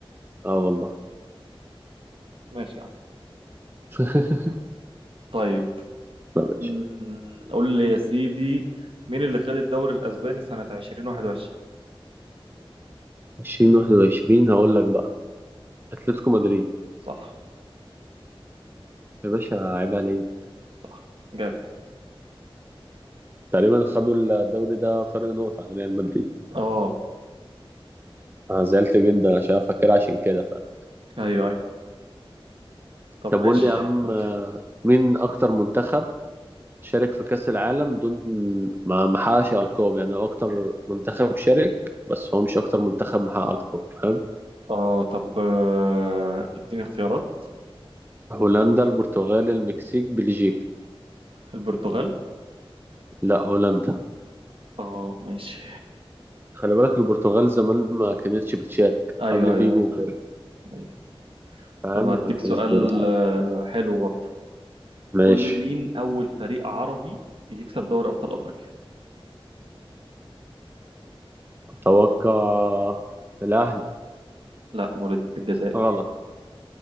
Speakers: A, on the right; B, on the right.
A: اه والله
B: ماشي يا عم
A: <laughs>
B: طيب
A: لا ماشي
B: مم، قول لي يا سيدي مين اللي خد الدوري الأسباني سنة 2021
A: 2021 هقول لك بقى أتلتيكو مدريد
B: صح
A: يا باشا عيب عليك
B: صح جامد
A: تقريبا خدوا الدوري ده فرق نقطة عن ريال مدريد
B: اه
A: أنا زعلت جدا عشان فاكر عشان كده فعلا
B: ايوه ايوه طب
A: طب
B: ماشي
A: قول لي يا عم
B: قول
A: آه،
B: لي
A: مين أكتر منتخب شارك في كأس العالم دون ما ما حققش ألقاب يعني هو أكتر منتخب شارك بس هو مش أكتر منتخب محقق ألقاب فاهم
B: اه طب آه، اديني اختيارات
A: هولندا البرتغال المكسيك بلجيكا
B: البرتغال
A: لا هولندا
B: اه ماشي
A: خلي بالك البرتغال زمان ما كانتش بتشارك
B: ايوه
A: قبل
B: ايوه
A: فيجو
B: ايوه
A: وكده
B: ايوه, أيوة.
A: فاهم
B: طب هديك
A: ما
B: سؤال
A: كانش بيروح
B: آه، حلو برضه
A: ماشي
B: قول لي مين اول فريق عربي يكسب دوري ابطال افريقيا
A: أتوقع الأهلي
B: لا مولودية الجزائر
A: غلط